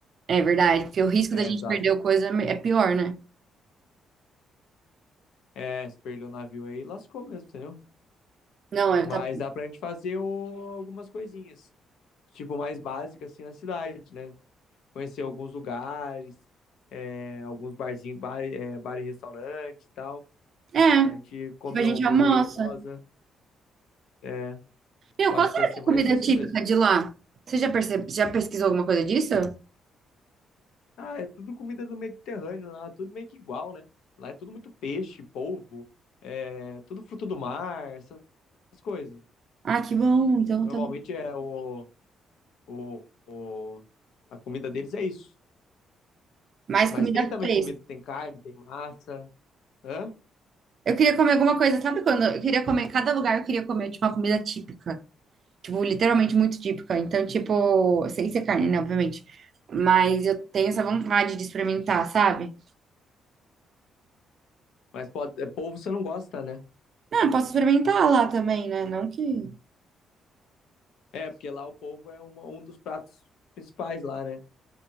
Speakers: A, on the right; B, on the left.
A: É verdade, porque o risco
B: É,
A: da gente
B: exato.
A: perder coisa é pior, né?
B: É, se perdeu o navio aí, lascou mesmo, entendeu?
A: Não, é,
B: Mas
A: tá...
B: dá pra gente fazer o- algumas coisinhas. Tipo, mais básicas assim na cidade, né? Conhecer alguns lugares, é, alguns barzinhos, bar, é, bar e restaurante e tal.
A: é,
B: Pra gente comer
A: tipo, a gente
B: uma coisa
A: almoça.
B: gostosa. É,
A: Meu,
B: eu
A: qual
B: acho
A: será
B: que vai ser
A: que é a
B: mais
A: comida
B: isso
A: típica
B: mesmo.
A: de lá? Você já percebe, já pesquisou alguma coisa disso?
B: Ah, é tudo comida do Mediterrâneo, lá, tudo meio que igual, né? Lá é tudo muito peixe, polvo, é tudo fruto do mar, essas coisas.
A: Ah, que bom. Então
B: Normalmente
A: tá
B: é o, o, o- a comida deles é isso.
A: mais
B: Mas
A: comida
B: tem também
A: fresca.
B: comida, tem carne, tem massa, hã?
A: Eu queria comer alguma coisa, sabe quando? Eu queria comer, cada lugar eu queria comer tipo, uma comida típica. Tipo, literalmente muito típica. Então, tipo, sem ser carne, né, obviamente. Mas eu tenho essa vontade de experimentar, sabe?
B: Mas pode, é, polvo você não gosta, né?
A: Ah, posso experimentar lá também, né? Não que.
B: É, porque lá o polvo é uma- um dos pratos principais lá, né?